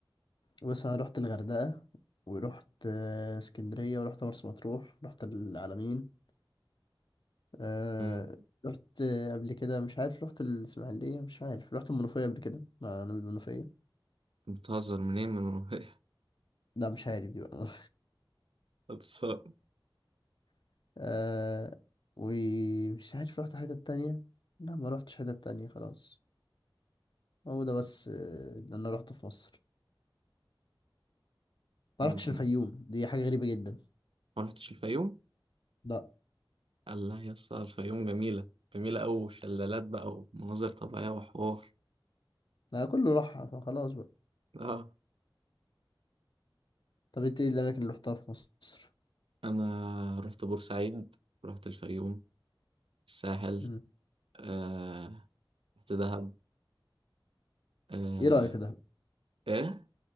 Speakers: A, on the left; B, on the right.
A: بس انا رحت الغردقه ورحت آه، اسكندريه ورحت مرسى مطروح رحت العلمين آه
B: مم.
A: رحت قبل كده مش عارف رحت الإسماعيلية مش عارف رحت المنوفية قبل كده مع أنا من المنوفية
B: بتهزر منين من المنوفية <laughs>
A: لا مش عارف دي بقى
B: خلصان
A: <laughs> آه ومش عارف رحت حتة تانية لا ما رحتش حتة تانية خلاص هو ده بس آه، اللي أنا رحته في مصر
B: مم.
A: ما رحتش الفيوم دي حاجة غريبة جدا
B: ما رحتش الفيوم
A: لا
B: الله يا اسطى الفيوم جميلة جميلة أوي شلالات بقى ومناظر طبيعية وحوار
A: أنا كله راحها فخلاص بقى
B: اه
A: طب انت ايه الأماكن اللي رحتها في مصر؟
B: أنا رحت بورسعيد رحت الفيوم الساحل
A: مم.
B: آه. رحت دهب آه.
A: ايه رأيك في دهب؟
B: إيه